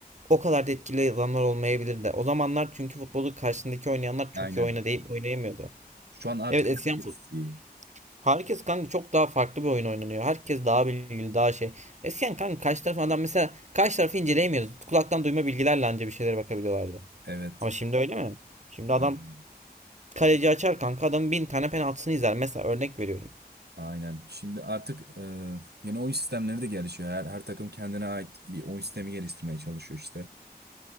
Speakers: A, on the right (about 45°); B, on the right (about 85°).
A: o kadar da etkili adamlar olmayabilirdi. O zamanlar çünkü futbolu karşısındaki oynayanlar
B: Aynen.
A: çok iyi oynayıp oynayamıyordu.
B: Şu an artık
A: Evet eskiden
B: herkes
A: fut-
B: iyi.
A: herkes kanka çok daha farklı bir oyun oynanıyor. Herkes daha bilgili daha şey. Eskiden kanka karşı tarafın adam mesela karşı tarafı inceleyemiyordu. Kulaktan duyma bilgilerle anca bir şeylere bakabiliyorlardı.
B: Evet.
A: Ama şimdi öyle mi? Şimdi adam
B: Aynen.
A: Kaleci açar kanka adamın bin tane penaltısını izler. Mesela örnek veriyorum.
B: Aynen. Şimdi artık e, yeni oyun sistemleri de gelişiyor. Her, her takım kendine ait bir oyun sistemi geliştirmeye çalışıyor işte.